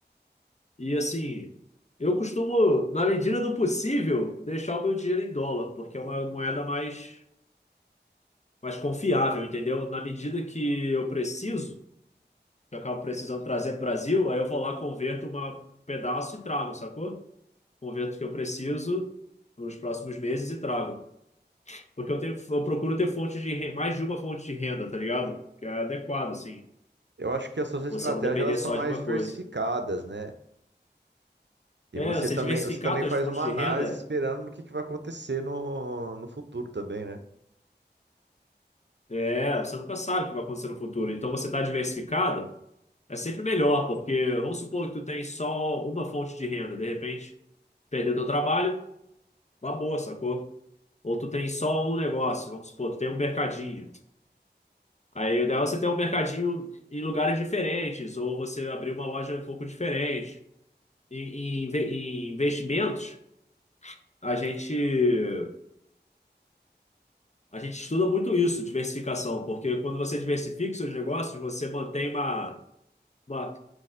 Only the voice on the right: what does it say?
Eu acho que as suas estratégias
elas são
mais
diversificadas,
né? E
você
também,
você também
faz
uma
análise
esperando no que, que vai acontecer no, no futuro também, né?